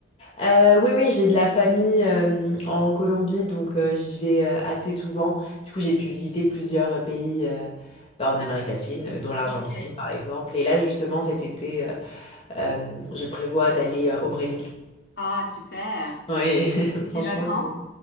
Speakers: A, on the left; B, on the left.
A: Euh, oui, oui, j'ai de la famille euh, en Colombie, donc euh, j'y vais euh, assez souvent. Du coup, j'ai pu visiter plusieurs euh, pays euh, bah, en Amérique latine, euh, dont l'Argentine,
B: Ok.
A: par exemple. Et là, justement, cet été, euh, euh, je prévois d'aller euh, au Brésil.
B: Ah, super.
A: Oui, <laughs>
B: Tu
A: franchement,
B: y vas quand?
A: c'est